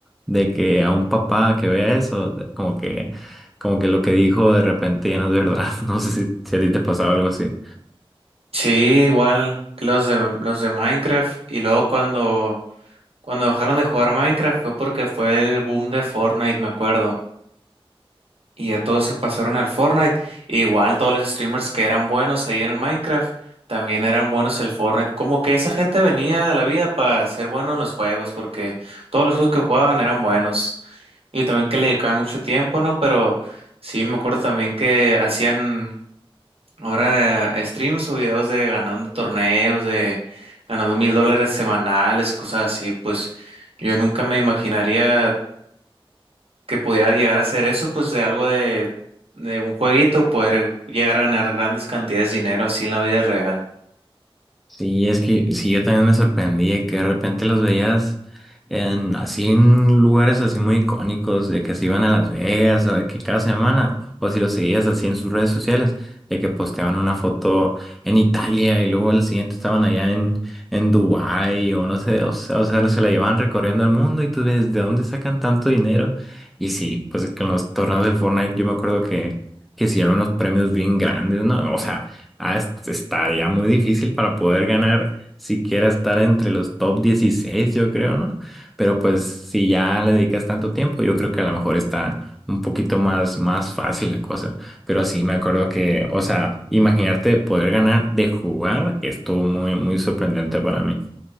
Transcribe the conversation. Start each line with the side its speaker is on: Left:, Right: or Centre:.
Centre: de que a un papá que vea eso, como que, como que lo que dijo de repente ya no es verdad. <laughs> No sé si, si a ti te pasaba algo así.
Right: Sí, igual los de, los de Minecraft. Y luego cuando, cuando dejaron de jugar Minecraft fue porque fue el boom de Fortnite, me acuerdo. Y ya todos se pasaron al Fortnite. Igual todos los streamers que eran buenos ahí en el Minecraft, también eran buenos el Fortnite. Como que esa gente venía de la vida para ser bueno en los juegos, porque todos los juegos que jugaban eran buenos. Y también que le dedicaban mucho tiempo, ¿no? Pero sí, me acuerdo también que hacían ahora eh, streams o videos de ganando torneos, de ganando mil dólares semanales, cosas así. Pues yo nunca me imaginaría que pudiera llegar a hacer eso, pues de algo de, de un jueguito, poder llegar a ganar grandes cantidades de dinero así en la vida real.
Centre: Sí, es que sí, yo también me sorprendí de que de repente los veías en, así en lugares así muy icónicos, de que se iban a Las Vegas, o de que cada semana, o si los seguías así en sus redes sociales, de que posteaban una foto en Italia y luego al siguiente estaban allá en, en Dubái o no sé, o sea, o sea, se la llevaban recorriendo el mundo y tú ves de dónde sacan tanto dinero. Y sí, pues con los torneos del Fortnite yo me acuerdo que, que sí había unos premios bien grandes, ¿no? O sea... Ah, es- estaría muy difícil para poder ganar siquiera estar entre los top 16 yo creo, ¿no? Pero pues si ya le dedicas tanto tiempo, yo creo que a lo mejor está un poquito más, más fácil la cosa. Pero sí, me acuerdo que, o sea, imaginarte poder ganar de jugar estuvo muy, muy sorprendente para mí.